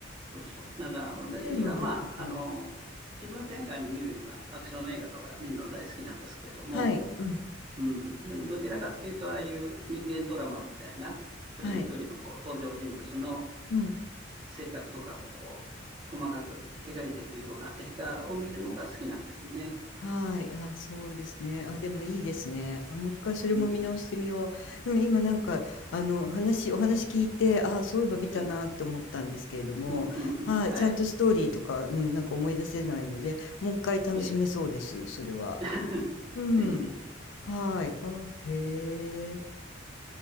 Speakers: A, on the right; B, on the left.
A: そうそう。だから私は、
B: デーモンだったか。
A: まあ、あの、気分転換に見るにはアクション映画とか見るの大好きなんですけども、
B: はい。うん。
A: うん、でもどちらかっていうと、ああいう人間ドラマみたいな、一人一人のこう登場人物の
B: はい。うん。
A: 性格とかをこう細かく描いていくような映画を見るのが好きなんですね。
B: はい、あ、そうですね。あ、でもいいですね。あ、もう一回それも見直してみよう。
A: うん、
B: うん、今なんか、あの、話、お話聞いて、あ、そういえば見たなって思ったんですけれども、
A: え、うんうんうん、
B: はい、
A: はい。
B: ちゃんとストーリーとか、うん、なんか思い出せないので、もう一回楽しめそうです、
A: え、
B: それは。
A: <laughs>
B: うん。
A: ぜひぜひ。
B: はい。あ、へえ。